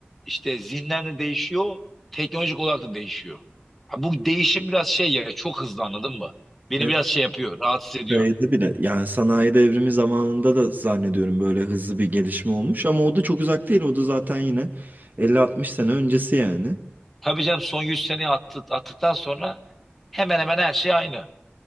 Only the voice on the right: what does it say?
Evet,
şeyde bile yani sanayi devrimi zamanında da zannediyorum böyle hızlı bir gelişme olmuş ama o da çok uzak değil. O da zaten yine elli altmış sene öncesi yani.